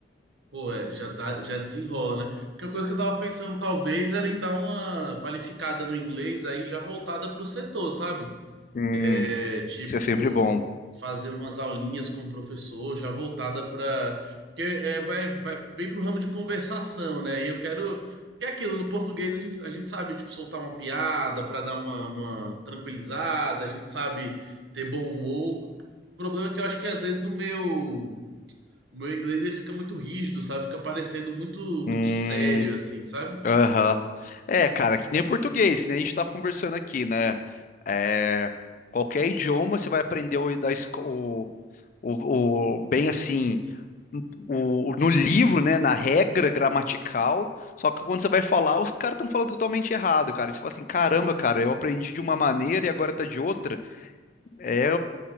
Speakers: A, on the right; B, on the left.
A: Pô, é, já dá- já desenrola, né? Porque a coisa que eu tava pensando talvez era em dar uma qualificada no inglês aí já voltada pro setor, sabe?
B: Hum,
A: É, tipo,
B: isso é sempre bom.
A: fazer umas aulinhas com o professor, já voltada para. Porque é, vai, vai bem pro ramo de conversação, né? E eu quero. Porque é aquilo, no português a gente, a gente sabe, tipo, soltar uma piada para dar uma, uma tranquilizada, a gente sabe ter bom humor. O problema é que eu acho que às vezes o meu. O meu inglês ele fica muito rígido, sabe? Fica parecendo muito muito
B: Hum,
A: sério, assim, sabe?
B: aham. É, cara, que nem o português, que nem a gente tá conversando aqui, né? É, qualquer idioma você vai aprender o, da esco- o, o, o- bem assim, o, no livro, né? Na regra gramatical. Só que quando você vai falar, os caras estão falando totalmente errado, cara. E Você fala assim, caramba, cara, eu aprendi de uma maneira e agora tá de outra. É,